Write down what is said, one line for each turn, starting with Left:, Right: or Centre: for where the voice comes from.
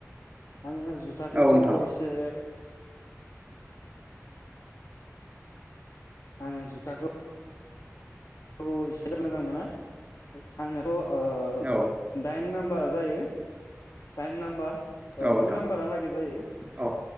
Left: आङो जुथाखौथ'
Right: औ नोंथां
Left: एसे आङो जुथाखौ औ एसेबो मोजां मोना आंनोथ' ओ
Right: औ
Left: दाइन नाम बारा जायो दाइन नाम्बार ओ
Right: औ नोंथां
Left: गु नाम्बारा लागे जायो
Right: औ